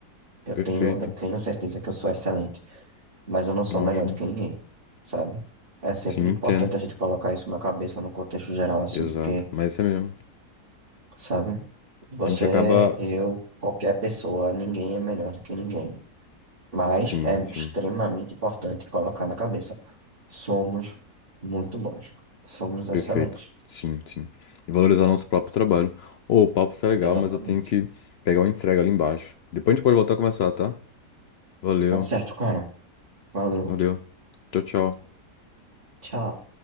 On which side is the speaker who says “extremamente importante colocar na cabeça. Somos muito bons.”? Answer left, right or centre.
Right